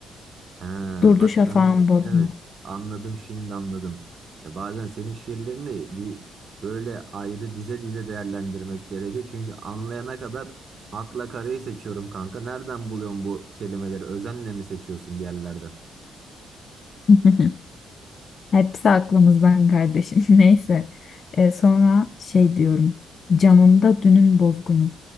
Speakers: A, on the right; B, on the left.
A: Ha,
B: Durdu
A: bak
B: şafağın
A: ben mes-
B: bozma.
A: evet anladım şimdi anladım. Ya bazen senin şiirlerini bir böyle ayrı dize dize değerlendirmek gerekiyor. Çünkü anlayana kadar akla karayı seçiyorum kanka. Nereden buluyorsun bu kelimeleri? Özenle mi seçiyorsun bir yerlerden?
B: <laughs> Hepsi aklımızdan kardeşim. <laughs> Neyse. E, sonra şey diyorum. Camımda dünün bozgunu.